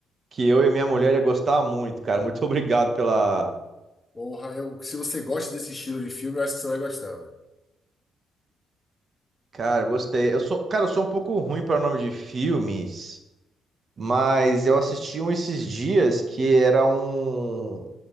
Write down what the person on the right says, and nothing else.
que eu e minha mulher ia gostar muito, cara. Muito <laughs> obrigado pela...
Cara, eu gostei. Eu sou, cara, eu sou um pouco ruim para nome de filmes. Mas eu assisti um esses dias que era um.